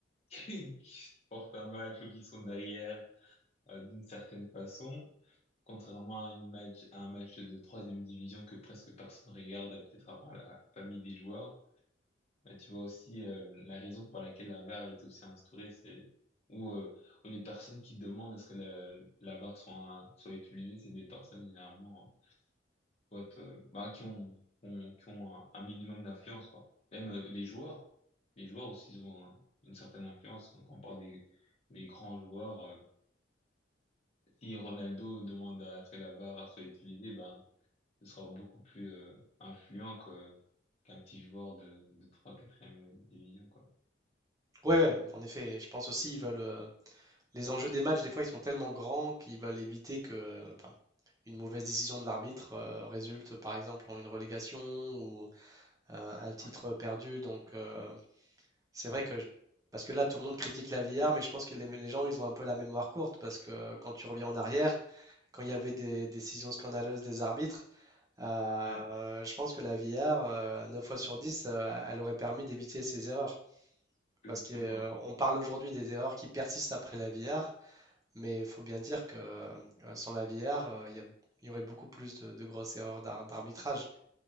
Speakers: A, on the left (about 35°); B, on the right (about 20°).
A: <laughs> qui portent un match ou qui sont derrière, euh, d'une certaine façon, contrairement à, une match, à un match de troisième division que presque personne regarde, peut-être à part la famille des joueurs. Bah, tu vois aussi euh, la raison pour laquelle la VAR est aussi instaurée, c'est où, euh, où les personnes qui demandent à ce que la, la VAR soit, soit utilisée, c'est des personnes généralement euh, euh, bah, qui ont, ont- qui ont un, un minimum d'influence, quoi. Même euh, les joueurs, les joueurs aussi ils ont un- une certaine influence quand on parle des, des grands joueurs. euh, si Ronaldo demande à ce que la VAR soit utilisée, ben, ce sera beaucoup plus euh, influent que, qu'un petit joueur de, de 3 4 e division, quoi.
B: Oui, ouais, ouais, en effet, je pense aussi ils veulent euh, les enjeux des matchs, des fois ils sont tellement grands qu'ils veulent éviter que, enfin, une mauvaise décision de l'arbitre euh, résulte par exemple en une relégation ou euh, un titre
A: Ouais,
B: perdu. Donc, euh, c'est vrai que, je- parce que là, tout le monde critique la VR, mais je pense que les, les gens, ils ont un peu la mémoire courte, parce que quand tu reviens en arrière, quand il y avait des décisions scandaleuses des arbitres, euh,
A: ouais,
B: je pense que la VR, euh, 9 fois sur 10 euh, elle aurait permis d'éviter ces erreurs.
A: exactement,
B: Parce que, euh, on parle aujourd'hui des erreurs qui persistent après la VR, mais il faut bien dire que euh, sans la VR, euh, il y a- il y aurait beaucoup plus de, de grosses erreurs d'ar- d'arbitrage.